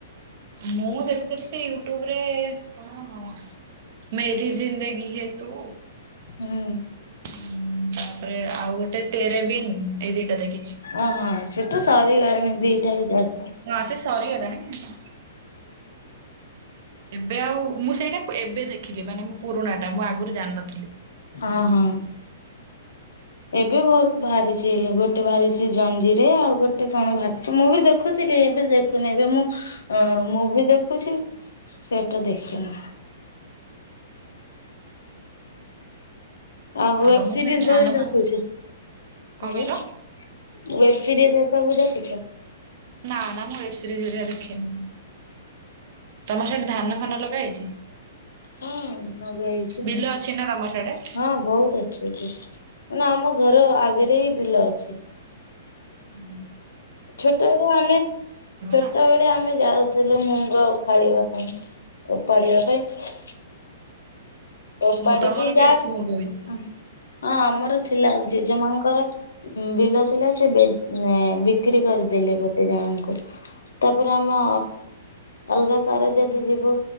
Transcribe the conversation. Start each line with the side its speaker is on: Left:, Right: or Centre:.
Right: ମୁଁ ଦେଖୁଥିଲି ସେ ୟୁଟ୍ୟୁବ ରେ କଣ। ମେରି ଜିନ୍ଦଗିହେ ତୁ।
Left: ହୁଁ।
Right: ହୁଁ ତାପରେ ଆଉ ଗୋଟେ ତେରେବିନ୍ ଏଇ ଦିଟା ଦେଖିଛି।
Left: ଓହୋ ସେଟା ସରିଗଲାଣି ଦିଟା ବି ଯାଉ
Right: ହଁ ସେ ସରିଗଲାଣି। ଏବେ ଆଉ ମୁଁ ସେଇଟା ଏବେ ଦେଖିଲି ମାନେ ମୁ ପୁରୁଣା ଟା ମୁଁ ଆଗରୁ ଜାଣିନଥିଲି।
Left: ହଁ ହଁ। ଏବେ ବହୁତ ବାହାରିଛି ଗୋଟେ ବାହାରିଛି ଜଞ୍ଜିରେ ଆଉ ଗୋଟେ କଣ ବାହାରିଛି ମୁଁ ବି ଦେଖୁ ଦେଖୁଥିଲି ଏବେ ଦେଖୁନି ଏବେ ମୁଁ ମୁଭି ଦେଖୁଛି ସେଟା ଦେଖିନି। ଆଉ ୱେବସିରିଜ
Right: ତମର ସେଆଡେ
Left: ବି
Right: ଧାନ
Left: ଦେଖୁଛି
Right: ଫାନ କଣ
Left: ଆଜ୍ଞ।
Right: କହିଲ?
Left: ୱେବ୍ ସିରିଜ୍ ଏ ସବୁ ଦେଖୁଛ।
Right: ନା ନା ମୁଁ ୱେବ୍ ସରିଜ ହେକା ଦେଖେନି ତମର ସେଠି ଧାନ ଧାନ ଲଗା ହେଇଛି
Left: ହଁ ଲଗାହେଇଛି
Right: ବିଲ ଅଛି ନା ତମର ସ୍ୟାଡେ।
Left: ହଁ ବହୁତ ଅଛି। ନାଁ ଆମ ଘର ଆଗରେ ହିଁ ବିଲ ଅଛି।
Right: ହୁଁ ହୁଁ।
Left: ଛୋଟବେଳୁ ଆମେ ଛୋଟବେଳେ
Right: ନା
Left: ଆମେ ଯାଉୁ। ଥିଲୁ ମୁଙ୍ଗ ଉଖାଳିବା ପାଇଁ ଓପାଡିବା ପାଇଁ। ଓପାଡିକି
Right: ଓହୋ ତମର ବି
Left: ଯା
Right: ଅଛି ମୁଗ ବିରି।
Left: ହଁ ଆମର ଥିଲା ଜେଜେମାଙ୍କର। ବିଲ ଥିଲା ସେ ବ ବିକ୍ରି କରିଦେଲେ ଗୋଟେ ଜଣଙ୍କୁ। ତାପରେ ଆମ। ଅଲଗା କାର ଯଦି ଯିବୁ